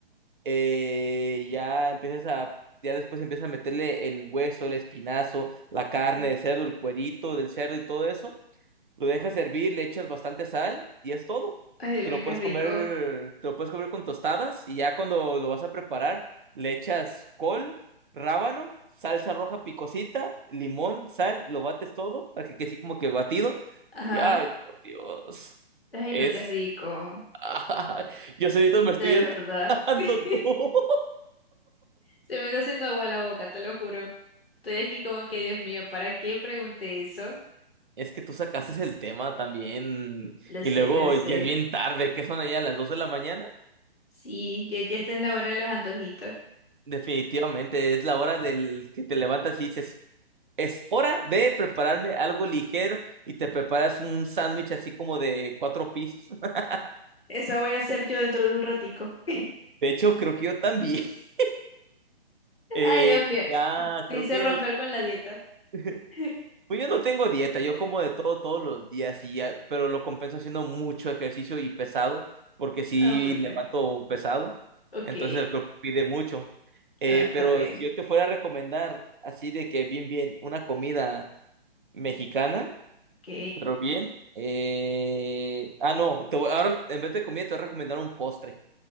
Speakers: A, on the right; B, on the left.
A: eh, ya empiezas a, ya después empiezas a meterle el hueso, el espinazo, la carne
B: Mm.
A: de cerdo, el cuerito del cerdo y todo eso. Lo dejas hervir, le echas bastante sal y es todo.
B: Ay Dios
A: Te
B: mío,
A: lo
B: qué
A: puedes
B: rico.
A: comer, te lo puedes comer con tostadas y ya cuando lo vas a preparar, le echas col, rábano, salsa roja picosita, limón, sal, lo bates todo para que quede así como que batido.
B: Ajá.
A: Y ay, por Dios,
B: Ay,
A: es...
B: no, qué rico.
A: <laughs> Yo solito me estoy
B: De
A: entusiasmando
B: verdad. <laughs>
A: <laughs> todo.
B: Se me está haciendo agua la boca, te lo juro. Estoy aquí como que, Dios mío, ¿para qué pregunté eso?
A: Es que tú sacaste el tema también
B: Lo
A: y
B: sé,
A: luego
B: lo sé.
A: ya es bien tarde, ¿qué son allá las 2 de la mañana?
B: Sí, ya, ya esta es la hora de los antojitos.
A: Definitivamente es la hora del que te levantas y dices, es hora de prepararme algo ligero y te preparas un sándwich así como de cuatro pisos. <laughs>
B: Esa voy a hacer yo dentro de un ratico. <laughs>
A: De hecho, creo que yo también. <laughs> Eh,
B: Ay, Dios mío,
A: ya
B: te, te
A: creo
B: hice
A: que
B: romper con la dieta.
A: <laughs>
B: <laughs>
A: Pues yo no tengo dieta, yo
B: Bueno,
A: como de todo todos los días, y ya- pero lo compenso haciendo mucho ejercicio y pesado, porque sí
B: Ah, bueno.
A: levanto pesado,
B: Ok.
A: entonces el cuerpo pide mucho. Eh,
B: No, está
A: pero
B: bien.
A: si yo te fuera a recomendar así de que bien, bien, una comida mexicana,
B: Ok.
A: pero bien, eh... ah, no, te voy- ahora en vez de comida te voy a recomendar un postre,